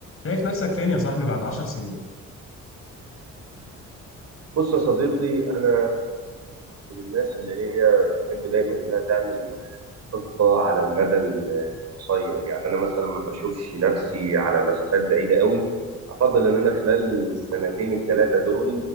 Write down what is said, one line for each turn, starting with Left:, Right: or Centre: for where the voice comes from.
Left: شايف نفسك فين يا صاحبي بعد عشر سنين؟
Right: بص يا صديقي أنا من الناس اللي هي بتحب دايما إنها تعمل خطة على المدى ال- القصير يعني أنا مثلا ما بشوفش نفسي على مسافات بعيدة قوي أفضل إن أنا خلال السنتين الثلاثة دول